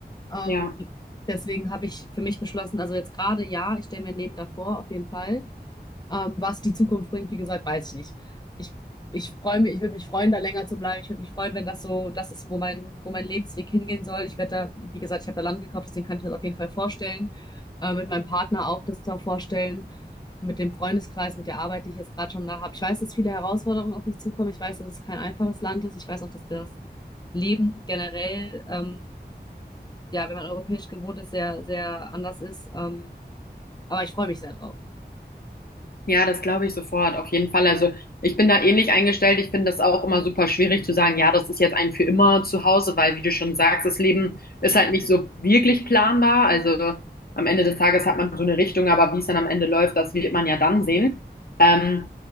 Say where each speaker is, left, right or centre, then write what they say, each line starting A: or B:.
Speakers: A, on the left; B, on the left.
A: Ähm,
B: Ja.
A: deswegen habe ich für mich beschlossen, also jetzt gerade ja, ich stelle mir ein Leben davor, auf jeden Fall. Ähm, was die Zukunft bringt, wie gesagt, weiß ich nicht. Ich, ich freue mich, ich würde mich freuen, da länger zu bleiben. Ich würde mich freuen, wenn das so das ist, wo mein, wo mein Lebensweg hingehen soll. Ich werde da, wie gesagt, ich habe da Land gekauft, deswegen kann ich mir das auf jeden Fall vorstellen. Äh, mit meinem Partner auch das da vorstellen. Mit dem Freundeskreis, mit der Arbeit, die ich jetzt gerade schon da habe. Ich weiß, dass viele Herausforderungen auf mich zukommen. Ich weiß, dass es kein einfaches Land ist. Ich weiß auch, dass das Leben generell, ähm, ja, wenn man europäisch gewohnt ist, sehr, sehr anders ist. Ähm, aber ich freue mich sehr drauf.
B: Ja, das glaube ich sofort, auf jeden Fall. Also ich bin da ähnlich eingestellt. Ich finde das auch immer super schwierig zu sagen, ja, das ist jetzt ein für immer zu Hause, weil, wie du schon sagst, das Leben ist halt nicht so wirklich planbar. Also am Ende des Tages hat man so eine Richtung, aber wie es dann am Ende läuft, das wird man ja dann sehen. Ähm,